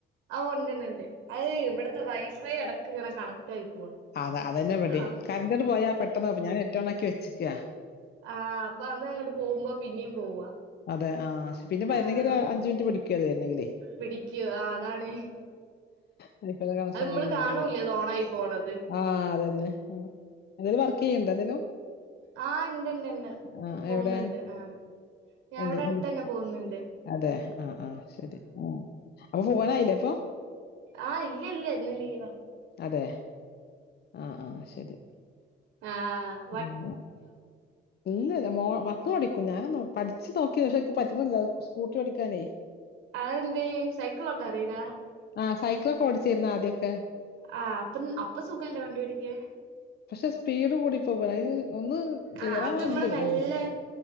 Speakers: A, on the right (about 85°); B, on the left (about 55°).
A: ആഹ് ഒണ്ട് ഒണ്ട് ഒണ്ട് അത് ഇവിടുത്തെ വൈഫൈ അടക്ക് ഇങ്ങനെ കണക്റ്റ് ആയി പോവാ
B: അത അതന്നെ ഇവ്ടെയും
A: ആഹ്
B: കറന്റ് ഒന്ന് പോയാ പെട്ടെന്ന് ഞാൻ നെറ്റോണാക്കി വെച്ചെക്കയ
A: ആഹ് അപ്പൊ അത് അങ്ങോട്ട് പോകുമ്പോ പിന്നെ പോവാ
B: അതെ ആഹ് ശ് പിന്നെ വരണെങ്കില്
A: ആഹ്
B: ഒരാ അഞ്ച് മിനിറ്റ് പിടിക്കെ വരണെങ്കിലേ
A: പിടിക്കൂ ആ അതാണ്
B: അതിൽ ഭേദം കളഷ്ൻ
A: അത് നമ്മള്
B: <unintelligible>
A: കാണൂല അത് ഓണായി പോണത്
B: ആഹ് അത് തന്നെ എന്തേലും വർക്ക് ചെയ്യണ്ടോ എന്തേലും
A: ആഹ് ഇണ്ട്ണ്ട് ഇണ്ട്
B: ആ
A: പോന്നിണ്ട്
B: എവിടെ
A: ആ ഞാൻ അവിടെ
B: എന്ത്
A: അടുത്ത്
B: എന്ത്
A: തന്നെ പോന്നിണ്ട്
B: അതെ ആഹ് ആഹ് ശരി ആ അപ്പൊ പോവാനായില്ലേ അപ്പൊ
A: ആഹ് ഇല്ല ഇല്ല ഇന്ന് ലീവാ
B: അതെ ആഹ് ആഹ് ശരി
A: ആഹ്ഹ്
B: ഉംഹ് ഇല്ലയില്ലാ മോ മക്കളോടിക്കും ഞാനൊന്ന് പഠിച്ച് നോക്കി പക്ഷെ പറ്റുന്നില്ല സ്‌കൂട്ടർ ഓടിക്കാനേ
A: അതെന്തേ സൈക്കിളോട്ടാൻ അറിയില്ല?
B: ആഹ് സൈക്കിളെക്കെ ഓടിച്ചിരിന്നാ ആദ്യയൊക്കെ
A: ആഹ് അപ്പെ അപ്പെ സുഖല്ലേ വണ്ടി ഓടിക്കാൻ
B: പക്ഷെ സ്പീഡ് കൂടിപ്പോവാ ആഹ് ഒന്ന് ക്ലിയർ
A: ആഹ് അത്
B: ആവാൻയൊണ്ട്
A: നമ്മള് മെല്ലെ
B: ആ